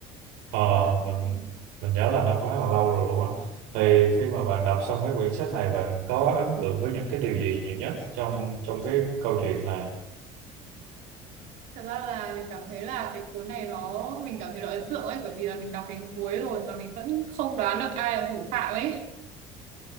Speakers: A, on the right (about 85°); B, on the right (about 70°).
A: Ờ,
B: rất là
A: mình
B: hay
A: mình nhớ là nó khá là lâu rồi luôn á. Thì
B: ờ
A: khi mà bạn đọc xong cái quyển sách này, bạn có ấn tượng với những cái điều gì nhiều nhất trong trong cái câu chuyện này?
B: Thật ra là mình cảm thấy là cái cuốn này nó mình cảm thấy nó ấn tượng ấy bởi vì là mình đọc đến cuối rồi mà mình vẫn không đoán được ai là thủ phạm ấy